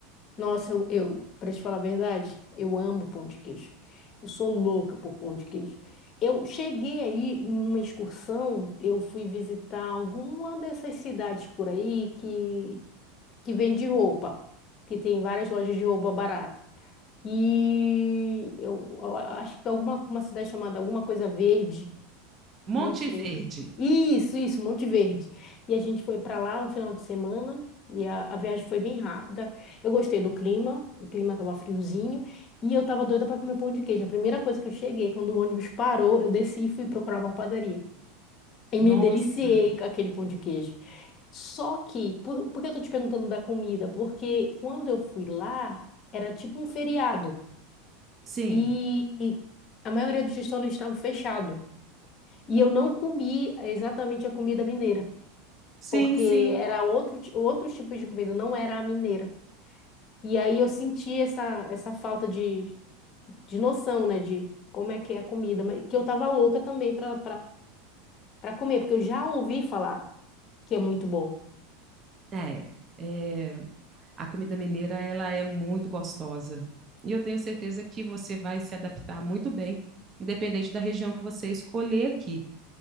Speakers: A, on the left; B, on the right.
A: Nossa, eu, eu para te falar a verdade, eu amo pão de queijo. Eu sou louca por pão de queijo. Eu cheguei aí em uma excursão, eu fui visitar alguma dessas cidades por aí que, que vende roupa, que tem várias lojas de roupa barata. E eu, eu acho que alguma uma cidade chamada alguma coisa verde.
B: Monte
A: Não sei.
B: Verde.
A: Isso, isso, Monte Verde. E a gente foi para lá um final de semana e a, a viagem foi bem rápida. Eu gostei do clima, o clima estava friozinho e eu estava doida para comer pão de queijo. A primeira coisa que eu cheguei, quando o ônibus parou, eu desci e fui procurar uma padaria. E
B: Nossa,
A: me deliciei com aquele pão de queijo. Só que, por, por que eu tô te perguntando da comida? Porque quando eu fui lá, era tipo um feriado
B: sim,
A: e e a maioria dos restaurantes estavam fechados. E eu não comi exatamente a comida mineira,
B: sim,
A: porque
B: sim.
A: era outro, ti- outro tipo de comida, não era a mineira. E aí eu senti essa, essa falta de, de noção, né, de como é que é a comida, mas que eu tava louca também para para comer, porque eu já ouvi falar que é muito bom.
B: É, é, a comida mineira ela é muito gostosa e eu tenho certeza que você vai se adaptar muito bem, independente da região que você escolher aqui.